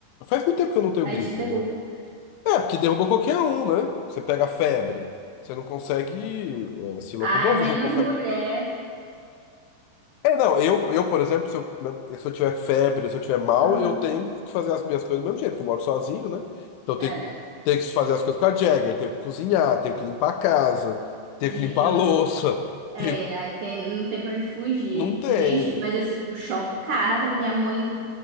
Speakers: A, on the left; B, on the right.
A: Faz muito tempo que eu não tenho
B: Aí
A: gripe,
B: te derruba.
A: né? É, porque derruba qualquer um, né? Você pega febre, você não consegue eh, se locomover,
B: Ai, menos
A: você não compra...
B: mulher.
A: É, não, eu, eu, por exemplo, se eu, se eu tiver febre, se eu tiver mal,
B: Aham.
A: eu tenho que fazer as minhas coisas do mesmo jeito, que eu moro sozinho, né? Então eu
B: É,
A: tenho, tenho que fazer as coisas com a Jagger, tenho que cozinhar, tenho que limpar a casa, tenho
B: gen-
A: que limpar
B: eu,
A: a louça,
B: é,
A: tenho...
B: aí tem, não tem pra onde fugir.
A: Não tem,
B: Gente,
A: né?
B: mas eu fico chocada. Minha mãe